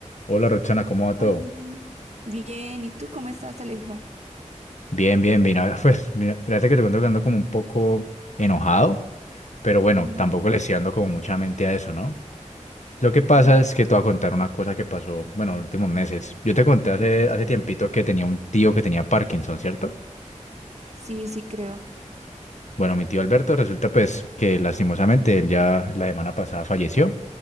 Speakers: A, on the left (about 65°); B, on the right (about 60°).
A: Hola Roxana, ¿cómo va todo?
B: Oli, bien, ¿y tú cómo estás, Alejo?
A: Bien, bien, bien. Ahora, Pues, mira, fíjate que te cuento que ando como un poco enojado, pero bueno,
B: Ujú,
A: tampoco le estoy dando como mucha mente a eso, ¿no? Lo que pasa
B: ujú,
A: es que te voy a contar una cosa que pasó, bueno, en los últimos meses. Yo te conté hace,
B: ¿Qué pasó?
A: hace tiempito que tenía un tío que tenía Parkinson, ¿cierto?
B: Sí, sí, creo.
A: Bueno, mi tío Alberto resulta pues que lastimosamente él ya la semana pasada falleció.